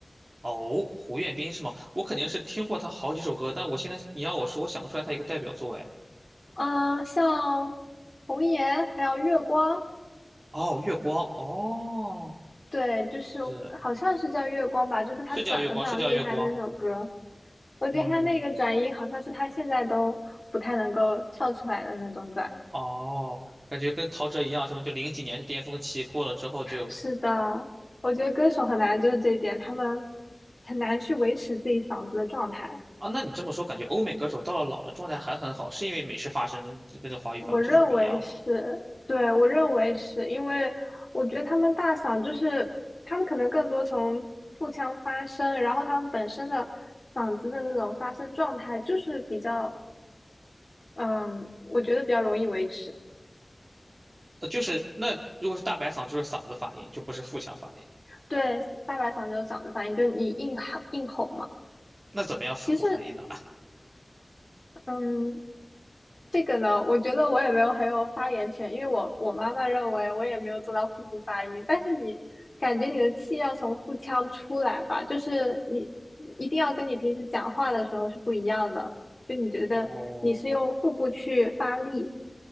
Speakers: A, on the right; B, on the left.
A: 哦，胡彦斌是吗？我肯定是听过他好几首歌，但我现在你让我说，我想不出来他一个代表作哎。
B: 嗯、像红颜还有月光。
A: 哦，月光，哦，
B: 对，就是好像是叫月光吧，
A: 是
B: 就是他转的非常厉害那首歌，
A: 是叫月光，是叫月光。
B: 我觉得他那个转音好像是他现在都不太能够唱出来的那种转。
A: 嗯，哦，感觉跟陶喆一样，什么就零几年是巅峰期，过了之后就
B: 是的，我觉得歌手很难就是这一点，他们很难去维持自己嗓子的状态。
A: 啊，那你这么说，感觉欧美歌手到了老了状态还很好，是因为美式发声跟这华语发声就是不一样吗？
B: 我认为是，对，我认为是因为我觉得他们大嗓就是他们可能更多从腹腔发声，然后他们本身的嗓子的那种发声状态就是比较嗯，我觉得比较容易维持。
A: 呃，就是那如果是大白嗓，就是嗓子发音，就不是腹腔发音。
B: 对，大白嗓就是嗓子发音，就是你硬吼硬吼嘛。
A: 那怎么样腹部发音呢？
B: 其实，嗯，这个呢，我觉得我也没有很有发言权，因为我我妈妈认为我也没有做到腹部发音。但是你感觉你的气要从腹腔出来吧，就是你一定要跟你平时讲话的时候是不一样的。就你觉得你是用腹部去发力，
A: <laughs> 哦，